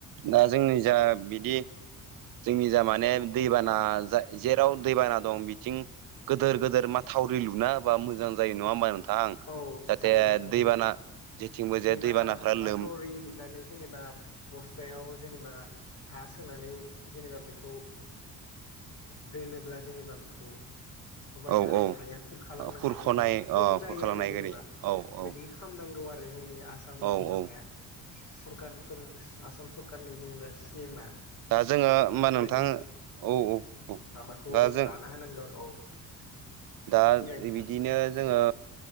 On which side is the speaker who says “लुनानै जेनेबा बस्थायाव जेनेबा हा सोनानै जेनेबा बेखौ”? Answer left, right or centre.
Left